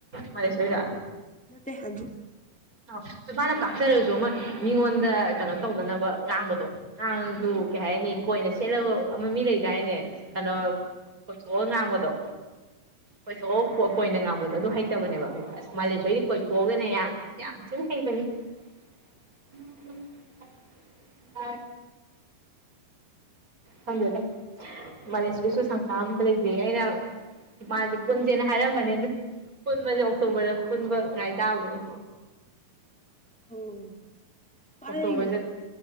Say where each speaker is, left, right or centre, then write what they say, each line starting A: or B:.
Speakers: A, on the right; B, in the centre.
A: ꯃꯥꯂꯦꯁꯣꯔꯤꯔꯣ
B: ꯅꯠꯇꯦ ꯑꯟꯖꯨ
A: ꯑꯧ ꯃꯥꯅ ꯀꯥꯛꯆꯔꯁꯨ ꯑꯃ ꯃꯤꯉꯣꯟꯗ ꯀꯩꯅꯣ ꯇꯧꯗꯅꯕ ꯉꯥꯡꯕꯗꯣ ꯉꯥꯡꯉꯁꯨ
B: <unintelligible>
A: ꯀꯩ ꯍꯥꯏꯅꯤ ꯄꯣꯏꯟꯗ ꯁꯦꯠꯂꯒ ꯑꯃ ꯃꯤ ꯂꯩꯗꯥꯏꯅꯦ ꯀꯩꯅꯣ ꯀꯣꯏꯊꯣꯛꯑ ꯉꯥꯡꯕꯗꯣ ꯀꯣꯏꯊꯣꯛꯑ ꯄꯣ ꯄꯣꯏꯟꯗ ꯉꯥꯡꯕꯗꯣ ꯑꯗꯨ ꯍꯩꯇꯕꯅꯦꯕ ꯃꯥꯂꯦꯁꯣꯔꯤ ꯀꯣꯏꯊꯣꯛꯑꯒꯅꯦ ꯌꯥꯝ ꯌꯥꯝ ꯊꯤ ꯍꯩꯕꯅꯤ <inaudible> ꯈꯪꯗꯦꯗ ꯃꯥꯂꯦꯁꯣꯔꯤꯁꯨ ꯁꯪꯁꯥꯔ ꯑꯃꯗ ꯂꯩꯖꯩ ꯑꯩꯅ ꯃꯥꯖꯦ ꯄꯨꯟꯖꯦꯅ ꯍꯥꯏꯔꯝꯕꯅꯦ ꯑꯗꯨ ꯄꯨꯟꯕꯁꯦ ꯑꯣꯛꯇꯣꯕꯔꯗ ꯄꯨꯟꯕ ꯉꯥꯏ ꯇꯥꯕꯅꯦ
B: ꯎꯝ <unintelligible>
A: ꯑꯣꯛꯇꯣꯕꯔꯁꯦ